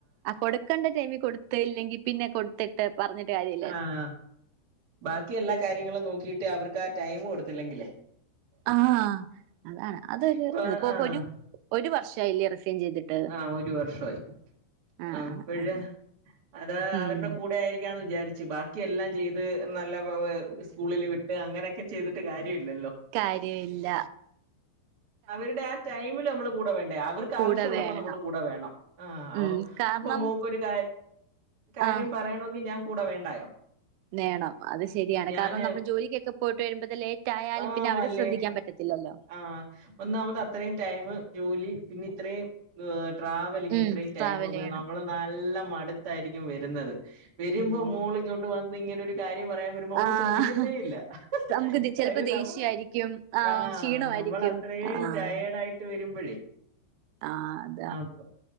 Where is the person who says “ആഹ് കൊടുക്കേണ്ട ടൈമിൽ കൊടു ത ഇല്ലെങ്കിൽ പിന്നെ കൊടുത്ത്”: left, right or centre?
Right